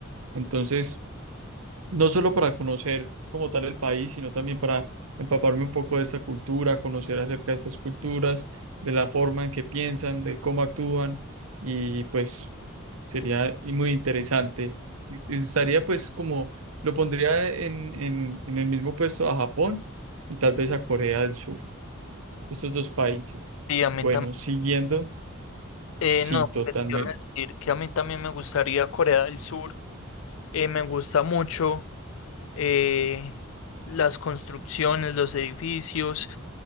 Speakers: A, on the right; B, on the left.
A: Entonces, no solo para conocer como tal el país, sino también para empaparme un poco de esta cultura, conocer acerca de estas culturas, de la forma en que piensan, de cómo actúan, y pues sería y muy interesante. Y- y Estaría pues como, lo pondría en, en, en el mismo puesto a Japón y tal vez a Corea del Sur, estos dos países.
B: y a mí
A: Bueno, siguiendo,
B: también,
A: sí,
B: no,
A: totalmente.
B: pues, te iba a decir que a mí también me gustaría Corea del Sur, Eh, me gusta mucho eh, las construcciones, los edificios.